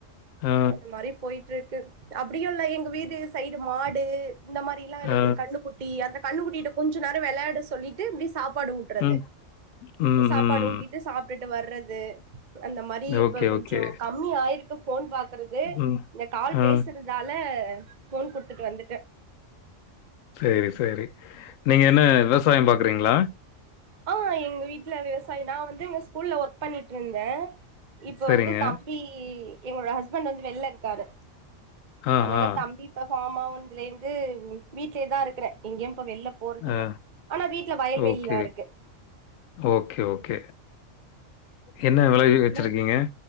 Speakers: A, on the left; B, on the right.
A: ஆ,
B: அந்த மாரி போய்ட்டு இருக்கு அப்டியோ இல்ல எங் வீடு சைடு மாடு இந்த மாரிலா இருக்கு
A: ஆ,
B: கன்னுக் குட்டி அந்த கன்னு குட்டிட்ட கொஞ்சோ நேரோ வெளையாட சொல்லிட்டு இப்டி சாப்பாடு ஊ ட்றது
A: ம் ம்
B: சாப்பாடு
A: ம்
B: ஊட்டிட்டு சாப் டுட்டு வர்றது அந்த மாரி இப்ப
A: ஓகே
B: கொஞ்சோ
A: ஓகே
B: கம்மி ஆயிருக்கு ஃபோன் பாக் கறது
A: ம்
B: இந்த கால்
A: ஆ
B: பேசுறதால ஃபோன் குடுத்துட்டு வந்துட்டே
A: சேரி செரி நீங்க என்ன விவசாய பாக்குறீங்களா
B: ஆ எங்க வீட்டுல விவசாயி நா வந்து இங்க ஸ்கூல்ல ஒர்க் பண்ணிட்ருந்தே இப்ப
A: சரிங்க
B: வந்து தம்பி என்னோட ஹஸ்பண்ட் வந்து வெளில இருக்காரு
A: ஆ
B: அதனால
A: ஆ
B: தம்பி இப்ப அம்மாவானதுல இருந்து வீட்லயேதா இருக்குறே எங்கேயு இப்ப வெளில போறதுல்ல
A: ஆ
B: ஆனா வீட்டுல வயல் வேளில
A: ஓகே
B: இருக்கே
A: ஓகே ஓகே என்ன விளைவி வச்சிருக்கீங்க?
B: ம்